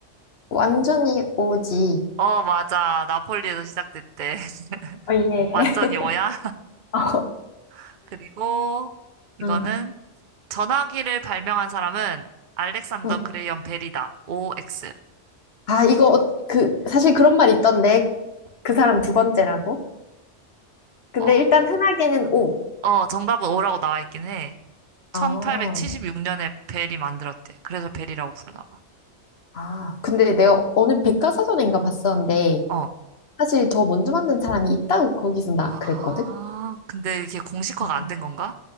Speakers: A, on the left; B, on the right.
A: 완전히 오지.
B: 어, 맞아. 나폴리에서 시작됐대. <laughs>
A: 어, 예.
B: 완전히 오야.
A: <laughs> 어.
B: <laughs> 그리고 이거는
A: 응.
B: 전화기를 발명한 사람은 알렉산더
A: 응.
B: 그레이엄 벨이다. OX.
A: 아, 이거, 어- 그, 사실 그런 말 있던데. 그 사람 두 번째라고? 근데
B: 어,
A: 일단 흔하게는 오.
B: 어, 정답은 O라고 나와 있긴 해. 1876년에
A: 아,
B: 벨이 만들었대. 그래서 벨이라고 부르나 봐.
A: 아. 근데 내가 어느 백과사전인가 봤었는데,
B: 어,
A: 사실 더 먼저 만든 사람이 있다고 거기서 나
B: 아,
A: 그랬거든?
B: 근데 이게 공식화가 안
A: 음.
B: 된 건가?